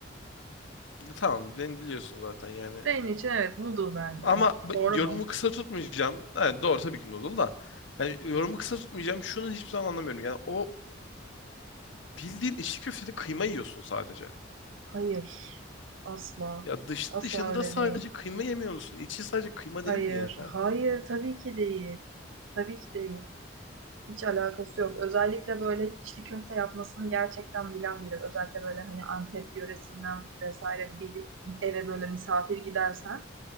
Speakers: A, on the left; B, on the right.
A: Tamam beni biliyorsun zaten yani.
B: Senin için evet noodle bence.
A: Ama b-
B: Doğru
A: yorumu
B: mu?
A: kısa tutmayacağım. Yani doğru tabii ki noodle da. Yani yorumu kısa tutmayacağım. Şunu hiçbir zaman anlamıyorum. Yani o bildiğin içli köftede kıyma yiyorsun sadece.
B: Hayır. Asla.
A: Ya dış
B: Asla
A: dışında
B: öyle
A: sadece
B: değil.
A: kıyma yemiyor musun? İçi sadece kıyma
B: Hayır.
A: değil mi ya?
B: Hayır tabii ki değil. Tabii ki değil. Hiç alakası yok. Özellikle böyle içli köfte yapmasını gerçekten bilen biri. Özellikle böyle hani Antep yöresinden vesaire bir eve böyle misafir gidersen